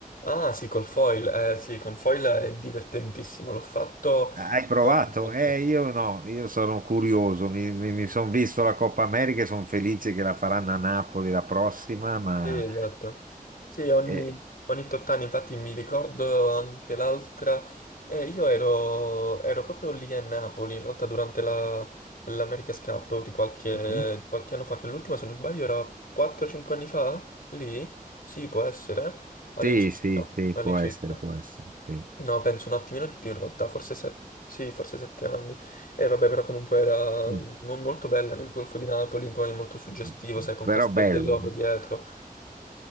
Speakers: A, on the left; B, on the right.
A: Ah sì, col foil, eh, sì, con foil è divertentissimo, l'ho fatto
B: Hai provato?
A: poche volte.
B: Eh, io no, io sono curioso, mi, sono visto la Coppa America e sono felice che la faranno a Napoli la prossima, ma...
A: Sì, esatto. Sì, ogni,
B: eh,
A: ogni tot anni, infatti mi ricordo anche l'altra, eh, io ero, ero proprio lì a Napoli, in realtà durante la, l'America's Cup di qualche,
B: mhm.
A: di qualche anno fa, che l'ultima se non sbaglio era 4-5 anni fa, lì, sì può essere, all'incirca,
B: sì, sì, sì,
A: all'incirca.
B: può essere, può essere, sì.
A: No, penso un attimino di più in realtà, forse 7, sì, forse 7 anni. E vabbè, però comunque era
B: Mm.
A: mo- molto bella nel Golfo di Napoli, poi molto suggestivo,
B: mm, mm.
A: sai, con
B: Però
A: Castel
B: bello.
A: dell'Ovo dietro.